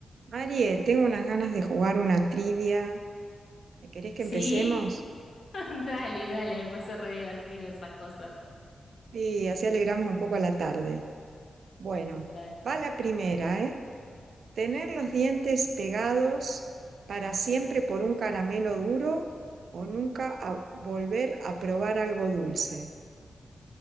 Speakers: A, on the right; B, on the left.
A: Marie, tengo unas ganas de jugar una trivia. ¿Querés que
B: Sí,
A: empecemos?
B: <laughs> dale, dale, pues es re divertido esas cosas.
A: Y así alegramos un poco la tarde. Bueno,
B: Dale.
A: va la primera, ¿eh? ¿Tener los dientes pegados para siempre por un caramelo duro o nunca a- volver a probar algo dulce?